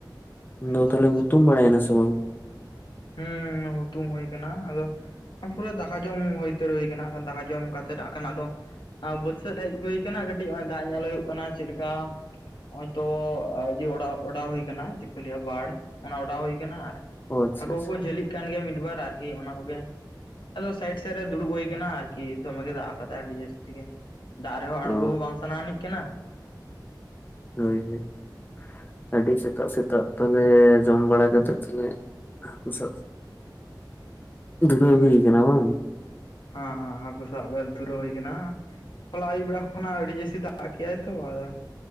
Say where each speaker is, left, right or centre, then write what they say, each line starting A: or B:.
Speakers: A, on the left (about 25°); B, on the left (about 80°).
A: ᱫᱚ
B: ᱟᱪᱪᱷᱟ
A: ᱛᱟᱦᱚᱞᱮ ᱦᱩᱛᱩᱢ ᱵᱟᱲᱟᱭᱮᱱᱟ ᱥᱮ ᱵᱟᱝ?
B: ᱦᱮᱸ ᱦᱩᱛᱩᱢ ᱦᱩᱭ ᱟᱠᱟᱱᱟ ᱟᱫᱚ ᱯᱩᱨᱟ ᱫᱟᱠᱟ ᱡᱚᱢ ᱦᱩᱭᱩᱛᱟᱹᱨ ᱦᱩᱭ ᱟᱠᱟᱱᱟ ᱫᱟᱠᱟ ᱡᱚᱢ ᱠᱟᱛᱮ ᱛᱮ ᱫᱟᱜ ᱠᱟᱱᱟ ᱟᱫᱚ ᱵᱟᱹᱫᱽ ᱥᱮᱫ ᱦᱮᱡ ᱦᱩᱭ ᱟᱠᱟᱱᱟ ᱠᱟᱹᱴᱤᱡ ᱱᱚᱜᱼᱚᱭ ᱫᱟᱜ ᱧᱮᱞ ᱦᱩᱭᱩᱜ ᱠᱟᱱᱟ ᱪᱮᱫ ᱞᱮᱠᱟ ᱦᱚᱜᱼᱚᱭ ᱛᱚ ᱡᱮ ᱚᱱᱟ ᱚᱲᱟᱜ ᱦᱩᱭ ᱟᱠᱟᱱᱟ ᱪᱮᱫ ᱠᱚ ᱞᱟᱹᱭᱟ ᱵᱟᱲ ᱚᱱᱟ ᱚᱲᱟᱜ ᱦᱩᱭ ᱟᱠᱟᱱᱟ ᱟᱨ
A: ᱚ ᱟᱪᱪᱷᱟ
B: ᱦᱟᱹᱠᱩ
A: ᱟᱪᱪᱷᱟ
B: ᱠᱚ ᱡᱷᱟᱹᱞᱤ ᱠᱟᱱ ᱜᱮᱭᱟ ᱢᱤᱫ ᱵᱟᱨ ᱟᱨᱠᱤ ᱚᱱᱟ ᱠᱚᱜᱮ ᱟᱫᱚ ᱥᱟᱭᱤᱰ ᱥᱮᱫ ᱨᱮ ᱫᱩᱲᱩᱵ ᱦᱩᱭ ᱟᱠᱟᱱᱟ ᱟᱨᱠᱤ ᱫᱚᱢᱮ ᱜᱮ ᱫᱟᱜ ᱟᱠᱟᱫᱟ ᱟᱹᱰᱤ ᱡᱟᱹᱥᱛᱤ ᱜᱮ ᱫᱟᱜ ᱨᱮᱦᱚᱸ ᱟᱬᱜᱚ
A: ᱚ
B: ᱦᱚᱸ ᱵᱟᱝ ᱥᱟᱱᱟᱱᱤᱡ ᱠᱟᱱᱟ ᱾
A: ᱦᱳᱭ ᱦᱳᱭ ᱟᱹᱰᱤ ᱥᱮᱛᱟᱜ ᱥᱮᱛᱟᱜ ᱛᱟᱦᱚᱞᱮ ᱡᱚᱢ ᱵᱟᱲᱟ ᱠᱟᱛᱮ ᱛᱟᱦᱚᱞᱮ ᱦᱟᱹᱠᱩ ᱥᱟᱵ ᱫᱷᱩᱨᱟᱹᱣ
B: ᱦᱩᱸ
A: ᱦᱩᱭ ᱠᱟᱱᱟ ᱵᱟᱝ
B: ᱦᱮᱸ ᱦᱮᱸ ᱦᱟᱹᱠᱩ ᱥᱟᱵ ᱫᱷᱩᱨᱟᱣ ᱦᱩᱭ ᱟᱠᱟᱱᱟ ᱾ ᱦᱚᱞᱟ ᱟᱹᱭᱩᱵ ᱵᱮᱲᱟ ᱠᱷᱚᱱᱟᱜ ᱟᱹᱰᱤ ᱡᱟᱹᱥᱛᱤ ᱫᱟᱜ ᱠᱮᱟᱭ ᱛᱚ <unintelligible>